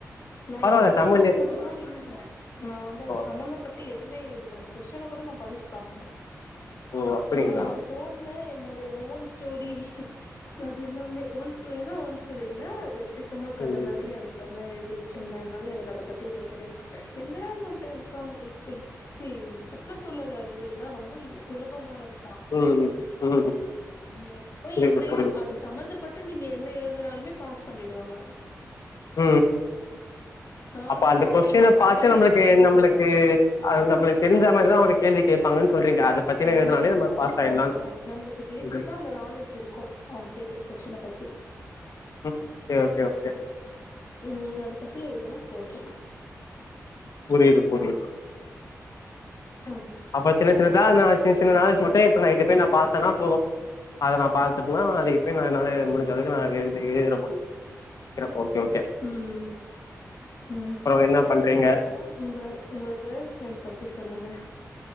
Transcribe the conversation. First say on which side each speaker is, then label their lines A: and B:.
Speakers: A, on the left; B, on the left.
A: நா
B: பரவால்ல
A: எனக்கு
B: தமிழ்லயே
A: தோன்னதெல்லா
B: சொல்லுங்க
A: எழுதுன நா வந்து அத
B: ஓ
A: சம்பந்தப்பட்ட எதுமே எழுதுல அந்த கொஷ்டின கூட நா படிச்சி பாக்ல
B: ஓ அப்படிங்களா
A: ஆ எனக்கு தோன்ன என்னுடைய ஓன் ஸ்டோரி அது எல்லாமே ஓன் சோ ஏனா உடம் சரியில்லா அது எப்டி சும்மா கத
B: ம்
A: மாரி எப்டி அந்த மாதிரிதா எழுதிட்டு இருந்தன்னால எனக்கு அத பத்தி எதுவு தெரியாது என்விரான் மென்டல் எக்ஸம் எக்ஸ் சே சுற்றுச்சூழல் அறிவியல்லா ரொம்ப ஈ சுலபமானதுதா
B: ம் ம்
A: நீங்க போய்
B: புரியுது
A: என்ன
B: புரியுது
A: எழுது அத சம்பந்தப்பட்டு நீங்க என்ன எழுதுனாலுமே பாஸ் பண்ணிடுவாங்க
B: ம்
A: நார்மலா
B: அப்ப அந்த கொஸ்டின
A: எப்டி
B: பாத்து
A: அறிவியல
B: நம்மளுக்கு
A: பத்திதா
B: நம்பளுக்கு
A: கேட்டாங்க
B: அத நம்பளுக்கு தெரிஞ்சா மாரிதா அவுங்களு கேள்வி கேப்பாங்கன் சொல்றீங்க அத பத்தின
A: ஆம்மாம்மாம்மாம்மாம்மா
B: இதுனாலே நம்ம பாஸ் ஆயிடலான்னு
A: நம்பளுக்கு பேசிக்கா
B: சொல்றீங்க
A: அந்த நாலேஜ் இருக்கு அவுங்க கேக்குற கொஷ்டின பத்தி
B: ம் ஓகே ஓகே ஓகே
A: ம் அத பத்தி எழுதுனா போது
B: புரியிது புரியிது
A: ம்
B: அப்ப சின்ன சின்னதா நா சின்ன சின்ன ஆரஞ் மிட்டாய் நா நைட்டு போய் நா பாத்தனா போது அத நா பாத்துட்டுன்னா
A: ம்
B: நா அதுக்கு போய் நா என்னால முடிஞ்ச அளவுக்கு நா எழு ந முடி றா ஓகே ஓகே
A: ம் ம்
B: அப்புறோ என்ன
A: சரி
B: பண்றீங்க
A: உங்களுக்கு உங்க உங்க கேல் ஃப்ரெண்ட் பத்தி சொல்லுங்க